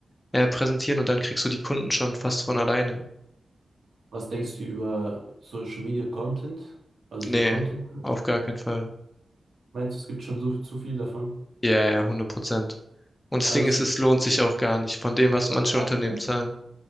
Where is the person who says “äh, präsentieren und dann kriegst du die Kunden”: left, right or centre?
Left